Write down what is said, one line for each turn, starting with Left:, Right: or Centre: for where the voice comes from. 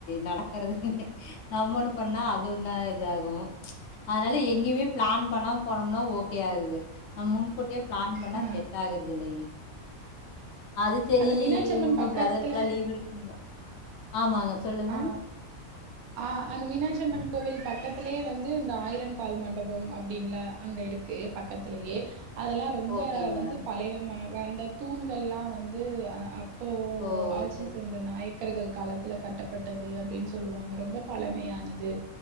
Left: நடக்கறது நம்ம ஒன்னு பண்ணா அது ஒன்னா இதாகு. அதனால எங்கிமே பிளான் பண்ணாம் போனம்னா ஓகே ஆகுது நம் முன்கூட்டியே பிளான் பண்ணா
Right: ஆ.
Left: செட்டாகறது இல்லைங்க அது செரி
Right: அந்த மீனாட்சி அம்மன்
Left: இவுங்க
Right: பக்கத்துல
Left: பிரதருக்லா லீவ் இரு <unintelligible> ஆமாங்க சொல்லுங்க.
Right: ஆ ஆ அந்த மீனாட்சியம்மன் கோவில் பக்கத்திலயே வந்து இந்த ஆயிரம் கால் மண்டபம் அப்டின்லா அங்க இருக் தே பக்கத்திலயே அதெல்லா ரொம்ப
Left: ஓகேங்க
Right: வந்து
Left: மேடம்
Right: பழைவ ம வந்த தூண்கள்ல்லா வந்து அ அப் போ
Left: ஓ
Right: ஆட்சி
Left: சரி
Right: செஞ்ச நாயக்கர்கள் காலத்துல கட்ட பட்டது அப்டின் சொல்லுவாங்க ரொம்ப பழமையானது.